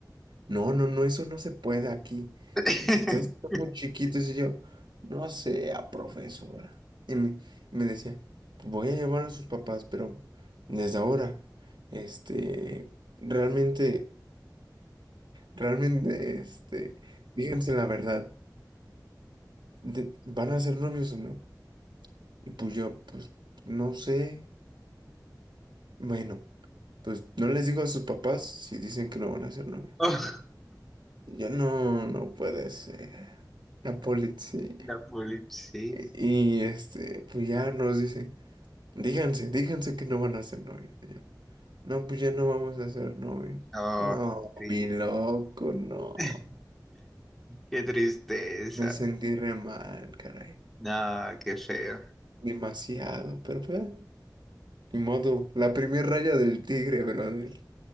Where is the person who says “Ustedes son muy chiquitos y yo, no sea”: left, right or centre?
Right